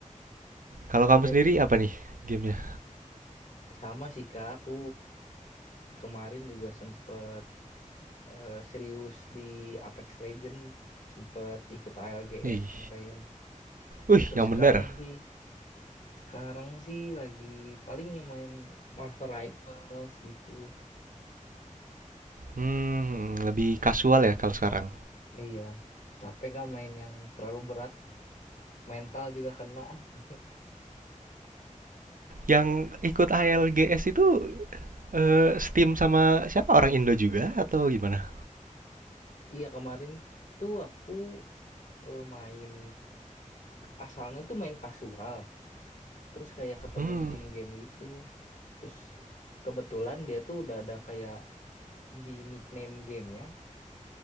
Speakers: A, on the right; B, on the left.
A: kalau kamu
B: ya
A: sendiri apa nih gamenya
B: sama sih Kak. Aku kemarin juga sempet eh, serius di Apex Legend. Sempet ikut ALGS
A: wih
B: kemarin.
A: wih
B: Terus
A: yang
B: sekarang
A: bener
B: sih Sekarang sih lagi paling yang main Marvel Rivals gitu.
A: hmm lebih casual ya kalau sekarang
B: Iya, capek kah main yang terlalu berat, mental juga kena. <laughs>
A: yang ikut ALGS itu eh, Steam sama siapa orang Indo juga atau gimana
B: Iya, kemarin tuh aku eh, main asalnya tuh main kasual, terus kayak ketemu
A: hmm
B: di in-game gitu. Terus kebetulan dia tuh udah ada kayak di nickname gamenya,